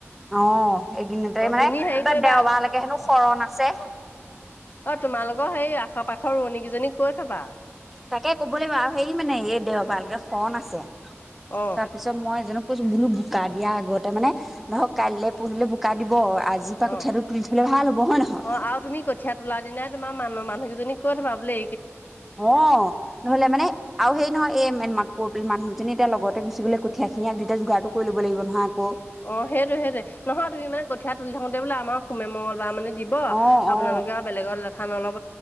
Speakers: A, in the centre; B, on the left.
A: অ 'এইকিনতে
B: অ
A: মানে
B: তুমি
A: কিব
B: হেৰি কৰিবা
A: দেওবাৰলৈৈকে হেনো শৰণ আছে
B: ত তোমালোকৰ সেই আশ পাশৰ ৰোৱনী কেইজনীক কৈ থবা
A: তাকে কব লাগিব আৰু হেৰি মানে এই দেওবালকে শন আছে
B: অ
A: তাৰপিছত মই যো। বোলো বোকা দিয়া আগতে মানে ধৰক কাইলৈ পঢ়িলে বোকা দিব। আজিৰ পৰা কঠিয়াটো
B: অ
A: তুলি থলে ভাল হ'ব হয় নহয়
B: অ আৰু তুমি কঠিয় তোলা দিনাই তোমাৰ মানুহৰ মানুহ। জনী ক'ত ভাবিলে।
A: অ' নহলে মানে আৰু সেই নহয় এই মাক ক মানুহ যে এতিয়া লগতে গুচি গলে কঠীয়াখিনি এক দুইাই যোগাৰো কৰিব লাগিব নহয় আকৌ
B: অ'সেইটো সেইটোয়ে নহয় তুমি মানে কঠীয়াাত তুলি থাকোতে বোলে আমাৰ সোমে মঙল বা মানে দিব
A: অ
B: আপোনালোকে
A: অ
B: আৰু বেলেগত লেথা ন অলপ।